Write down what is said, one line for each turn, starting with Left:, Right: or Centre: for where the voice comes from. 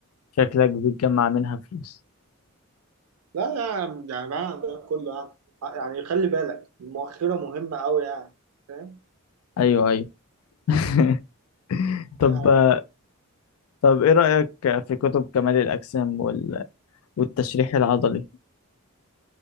Left: شكلك بتجمع منها فلوس
Right: لا لا يعني بقى عندنا كله يعني آه، يعني خلي بالك المؤخرة مهمة أوي يعني فاهم
Left: ايوه ايوه <laughs> طب
Right: يعني
Left: آه، طب ايه رأيك في كتب كمال الأجسام وال... والتشريح العضلي